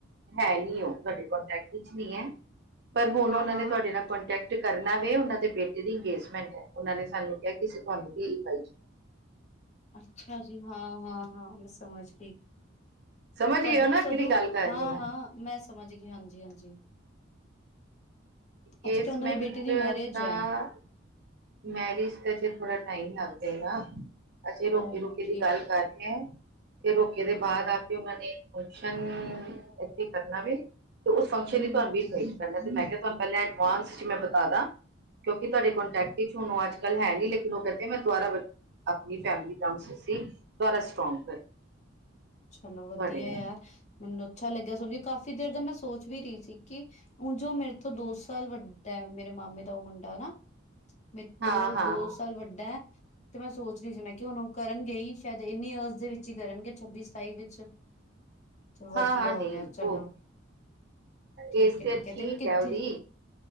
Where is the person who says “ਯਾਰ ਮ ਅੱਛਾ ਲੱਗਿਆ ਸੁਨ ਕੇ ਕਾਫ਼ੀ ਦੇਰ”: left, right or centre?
Left